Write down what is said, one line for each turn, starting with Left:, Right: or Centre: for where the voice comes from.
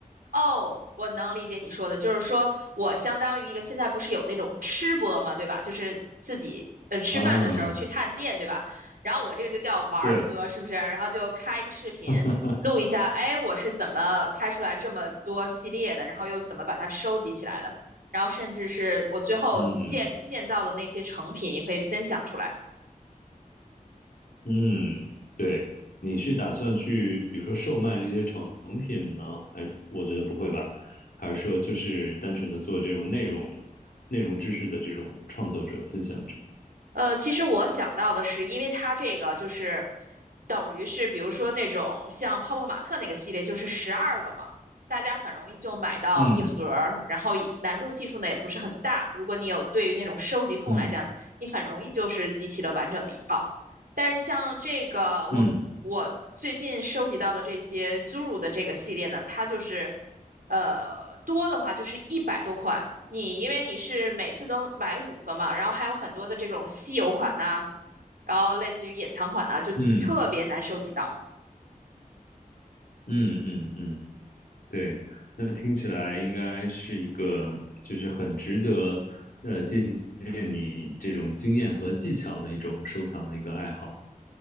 Right: 哦，我能理解你说的，就是说我相当于一个现在不是有那种吃播嘛，对吧？就是自己呃吃饭的时候去探店，
Left: 啊，
Right: 对吧？然后我这个就叫玩儿播，
Left: 对，
Right: 是不是？然后就开一个视频录一下，
Left: <laughs>
Right: 哎，我是怎么开出来这么多系列的，然后又怎么把它收集起来的，然后甚至是我最后建建造的那些成品也可以分享出来。
Left: 嗯，嗯，对，你是打算去，比如说售卖这些成品呢？还我觉得不会吧？还是说就是单纯的做这种内容、内容知识的这种创作者、分享者？
Right: 呃，其实我想到的是，因为它这个就是等于是，比如说那种像泡泡玛特那个系列，就是十二个嘛，大家很容易就买到一盒儿，
Left: 嗯
Right: 然后也难度系数呢也不是很大。如果你有对于那种收集控来讲，
Left: 嗯
Right: 你很容易就是集齐了完整的一套。但是像这个我我最近收集到的这些
Left: 嗯
Right: Zuru 的这个系列呢，它就是呃多的话就是一百多款。你因为你是每次都买五个嘛，然后还有很多的这种稀有款呐、然后类似于隐藏款呐、就特别难收集到。
Left: 嗯嗯嗯嗯，对，那听起来应该是一个就是很值得呃借鉴你这种经验和技巧的一种收藏的一个爱好。